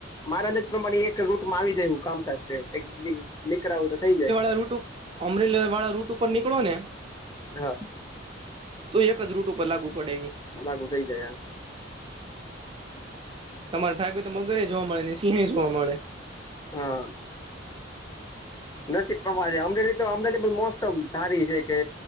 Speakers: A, on the left; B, on the right.
A: મારા અંદરજ પ્રમાણે એક રૂટમાં આવી જાયું, કામકા એક દીકરા હોય, તો થઈ જાય.
B: યુટ્યુબ. અમરેલર વાળા રૂટ ઉપર નીકળો ને.
A: હા.
B: તો એક જ રૂટ ઉપર લાગુ પડે.
A: લાગુ થઇ જાય એમ.
B: તમારે ભાગ માં હોય તો, મગરે જોવા મળે ને, સિંહ જોવા મળે.
A: હા. નસીબ પ્રમાણે અમરેલી તો, અમરેલી મોસ્ટમ ધારી છે કે,